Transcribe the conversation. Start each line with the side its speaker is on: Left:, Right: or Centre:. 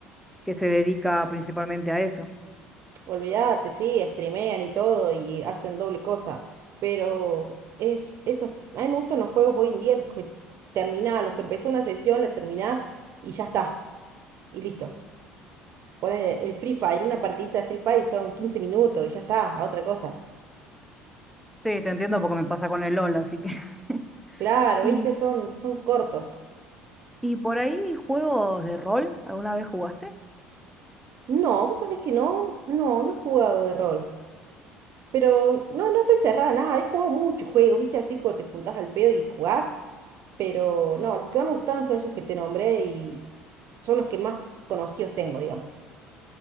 Centre: que se dedica principalmente a eso.
Right: olvídate, sí, streamean y todo y hacen doble cosa, pero es, esos, a mí me gustan los juegos hoy en día, los que terminás, los que empezás una sesión, la terminás y ya está, y listo. Poner el Free Fire, una partidita de Free Fire son 15 minutos y ya está, a otra cosa.
Centre: Sí, te entiendo porque me pasa con el LOL, así que... <laughs>
Right: Claro,
Centre: Y,
Right: ¿viste? Son, son cortos.
Centre: y por ahí, juegos de rol, ¿alguna vez jugaste?
Right: No, vos sabés que no, no, no he jugado de rol. Pero no, no estoy cerrada a nada, he jugado muchos juegos, ¿viste? Así como te juntás al pedo y jugás. Pero no, los que más me gustaron son esos que te nombré y son los que más conocidos tengo, digamos.